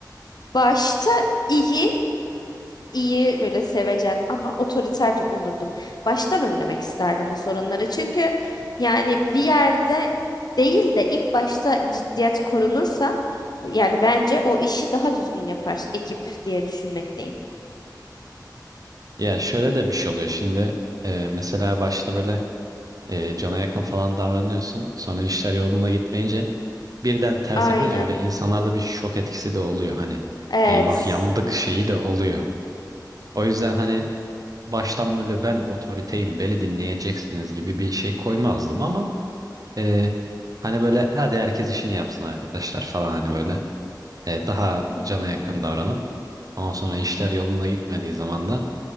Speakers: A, on the left (about 65°); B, on the right (about 55°).
A: başta iyi iyi böyle sevecen ama otoriter de olurdum. Baştan önlemek isterdim o sorunları. Çünkü yani bir yerde değil de ilk başta ciddiyet korunursa yani bence o işi daha düzgün yapar ekip diye düşünmekteyim.
B: Ya şöyle de bir şey oluyor şimdi e, mesela başta böyle e, cana yakın falan davranıyorsun sonra işler yolunda gitmeyince birden ters
A: Aynen.
B: yapınca böyle insanlarda bir şok etkisi de oluyor. Hani
A: Evet.
B: eyvah yandık şeyi de oluyor. O yüzden hani baştan böyle ben otoriteyim beni dinleyeceksiniz gibi bir şey koymazdım ama e, hani böyle hadi herkes işini yapsın arkadaşlar falan hani böyle e, daha
A: Hı
B: cana
A: hı.
B: yakın davranıp ama sonra işler yolunda gitmediği zaman da